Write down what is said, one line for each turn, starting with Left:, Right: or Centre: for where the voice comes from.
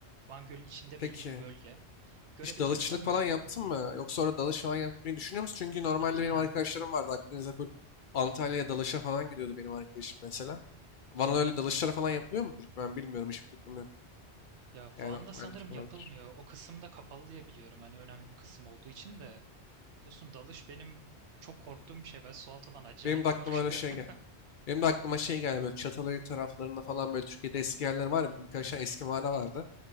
Right: Van Gölü'nün içinde
Left: Peki.
Right: belli bir bölge. Görebileceğimi
Left: Hiç dalıççılık
Right: sanmıyorum
Left: falan yaptın
Right: ama.
Left: mı? Yoksa orada dalış falan yapmayı düşünüyor musun? Çünkü normalde
Right: Aa,
Left: benim
Right: aa.
Left: arkadaşlarım vardı Akdeniz'de full Antalya'ya dalışa falan gidiyordu benim arkadaşım mesela. Bana
Right: Hı hı.
Left: öyle dalışlara falan yapılıyor mudur ki ben bilmiyorum hiçbir fikrim yok.
Right: Ya
Left: Yani
Right: Van'da
Left: belki
Right: sanırım
Left: vardır.
Right: yapılmıyor. O kısımda kapalı diye biliyorum. Hani önemli bir kısım olduğu için de. Dostum dalış benim çok korktuğum bir şey. Ben su altından acayip
Left: Benim de aklıma
Right: korkuyorum.
Left: öyle şey gel. Benim de aklıma şey geldi böyle Çatalhöyük taraflarında falan böyle Türkiye'de eski yerler var ya bir de birkaç tane eski mağara vardı.